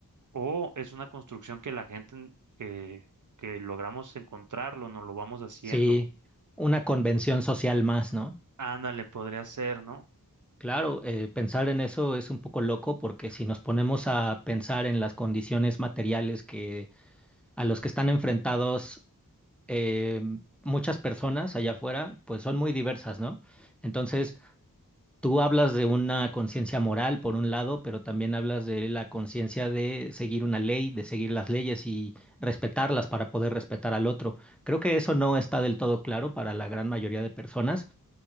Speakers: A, on the right; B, in the centre.
A: o es una construcción que la gente en- que, que logramos encontrarlo, nos lo vamos haciendo?
B: Sí, una convención social más, ¿no?
A: Ándale, podría ser, ¿no?
B: Claro, eh, pensar en eso es un poco loco porque si nos ponemos a pensar en las condiciones materiales que a los que están enfrentados eh, muchas personas allá afuera, pues son muy diversas, ¿no? Entonces, tú hablas de una conciencia moral por un lado, pero también hablas de la conciencia de seguir una ley, de seguir las leyes y respetarlas para poder respetar al otro. Creo que eso no está del todo claro para la gran mayoría de personas.